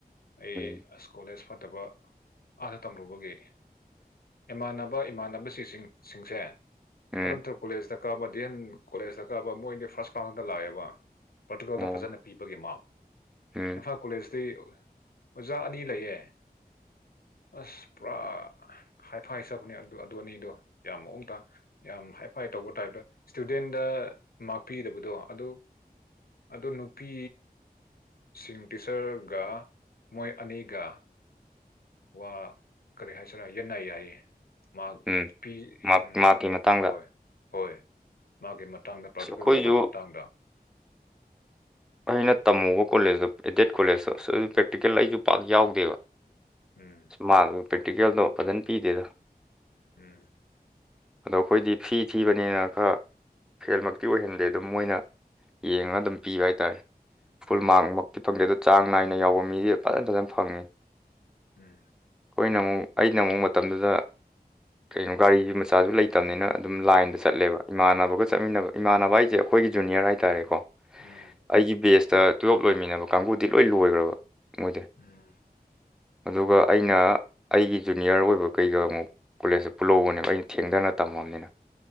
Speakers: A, on the left (about 70°); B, in the centre.
A: ꯑꯩ
B: ꯎꯝ
A: ꯑꯁ ꯀꯣꯂꯦꯖ ꯐꯠꯇꯕ ꯑꯥꯗ ꯇꯝꯔꯨꯕꯒꯤ ꯏꯃꯥꯟꯅꯕ ꯏꯃꯥꯟꯅꯕ ꯁꯤꯁꯤꯡ ꯁꯤꯡꯁꯦ
B: ꯎꯝ
A: ꯑꯣꯔꯟꯇꯜ ꯀꯣꯂꯦꯖꯇ ꯀꯥꯕ ꯗꯤ ꯑꯦꯟ ꯀꯣꯂꯦꯖꯇ ꯀꯥꯕ ꯃꯣꯏꯗꯤ ꯐꯥꯔꯁꯇ ꯉꯥꯛꯇ ꯂꯥꯛꯑꯦꯕ ꯄꯥꯔꯇꯨꯀꯜꯗ
B: ꯑꯣ
A: ꯐꯖꯅ ꯄꯤꯕꯒꯤ ꯃꯥꯥꯛ
B: ꯎꯝ
A: ꯏꯝꯐꯥꯜ ꯀꯣꯂꯦꯖꯇꯤ ꯑꯣꯖꯥ ꯑꯅꯤ ꯂꯩꯌꯦ ꯑꯁ ꯄꯨꯔꯥ ꯍꯥꯏꯐꯥꯏ ꯆꯕꯅꯦ ꯑꯗꯨ ꯑꯅꯤꯗꯣ ꯌꯥꯝ ꯃꯑꯣꯡ ꯇꯥ ꯌꯥꯝ ꯍꯥꯏꯐꯥꯏ ꯇꯧꯕ ꯇꯥꯏꯞꯇ ꯏꯁꯇꯨꯗꯦꯟꯗ ꯃꯥꯔꯛ ꯄꯤꯗꯕꯗꯣ ꯑꯗꯨ ꯑꯗꯣ ꯅꯨꯄꯤ ꯁꯤꯡ ꯇꯤꯆꯔꯒ ꯃꯣꯏ ꯑꯅꯤꯒ ꯋꯥ ꯀꯔꯤ ꯍꯥꯏꯁꯤꯔꯥ ꯌꯦꯠꯅꯩ ꯌꯥꯏꯌꯦ ꯃꯥꯛ
B: ꯎꯝ
A: ꯄꯤ
B: ꯃꯥꯔꯛ
A: ꯎꯝ
B: ꯃꯥꯔꯛꯀꯤ ꯃꯇꯥꯡꯗ
A: ꯍꯣꯏ ꯍꯣꯏ ꯃꯥꯒꯤ ꯃꯇꯥꯡꯗ ꯄ꯭ꯔꯥꯛꯇꯤꯀꯦꯜꯒꯤ
B: ꯑꯁ ꯑꯩꯈꯣꯏꯁꯨ
A: ꯃꯥꯛ ꯃꯇꯥꯡꯗ
B: ꯑꯩꯅ ꯇꯝꯂꯨꯕ ꯀꯣꯂꯦꯖꯇꯣ ꯑꯦꯗꯦꯠ ꯀꯣꯂꯦꯖꯇꯣ ꯑꯁ ꯄ꯭ꯔꯦꯛꯇꯤꯀꯦꯜ ꯑꯩꯁꯨ ꯄꯥꯛ ꯌꯥꯎꯗꯦꯕ
A: ꯎꯝ
B: ꯃꯥꯔꯛ ꯄ꯭ꯔꯦꯛꯇꯤꯀꯦꯜꯗꯣ ꯐꯖꯅ ꯄꯤꯗꯦꯗ
A: ꯎꯝ
B: ꯑꯗꯣ ꯑꯩꯈꯣꯏꯗꯤ ꯐꯤ ꯊꯤꯕꯅꯤꯅ ꯈꯔ ꯐꯦꯜꯃꯛꯇꯤ ꯑꯣꯏꯍꯟꯗꯦ ꯑꯗꯨꯝ ꯃꯣꯏꯅ ꯌꯦꯡꯉꯒ ꯑꯗꯨꯝ ꯄꯤꯕ ꯍꯥꯏ ꯇꯥꯔꯦ ꯐꯨꯜ
A: ꯎꯝ
B: ꯃꯥꯔꯛ ꯃꯛꯇꯤ ꯐꯪꯗꯦ ꯑꯗꯣ ꯆꯥꯡ ꯅꯥꯏꯅ ꯌꯥꯎꯕ ꯃꯤꯗꯤ ꯐꯖꯅ ꯐꯖꯅ ꯐꯪꯉꯤ
A: ꯎꯝ
B: ꯑꯩꯈꯣꯏꯅ ꯑꯃꯨꯛ ꯑꯩꯅ ꯑꯃꯨꯛ ꯃꯇꯝꯗꯨꯗ ꯀꯩꯅꯣ ꯒꯥꯔꯤꯒꯤ ꯃꯆꯥꯁꯨ ꯂꯩ ꯇꯝꯅꯤꯅ ꯑꯗꯨꯝ ꯂꯥꯏꯟꯗ
A: ꯎꯝ
B: ꯆꯠꯂꯦꯕ ꯏꯃꯥꯟꯅꯕꯒ ꯆꯠꯃꯤꯟꯅꯕ ꯏꯃꯥꯟꯅꯕ ꯍꯥꯏꯁꯦ ꯑꯩꯈꯣꯏꯒꯤ ꯖꯨꯅꯤꯌꯔ ꯍꯥꯏꯇꯥꯥꯔꯦꯀꯣ
A: ꯎꯝ
B: ꯑꯩꯒꯤ ꯕꯦꯁꯇ ꯇꯨꯋꯦꯜꯞ ꯂꯣꯏꯃꯤꯟꯅꯕ ꯀꯥꯡꯒꯨꯗꯤ ꯂꯣꯏ ꯂꯣꯏꯈ꯭ꯔꯕ ꯃꯣꯏꯗꯤ
A: ꯎꯝ
B: ꯑꯗꯨꯒ ꯑꯩꯅ ꯑꯩꯒꯤ ꯖꯨꯅꯤꯌꯔ ꯑꯣꯏꯕ ꯀꯩꯒ ꯑꯃꯨꯛ ꯀꯣꯂꯦꯖꯁꯦ ꯄꯨꯜꯂꯧꯕꯅꯦꯕ ꯑꯩꯅ ꯊꯦꯡꯗꯅ ꯇꯝꯃꯕꯅꯤꯅ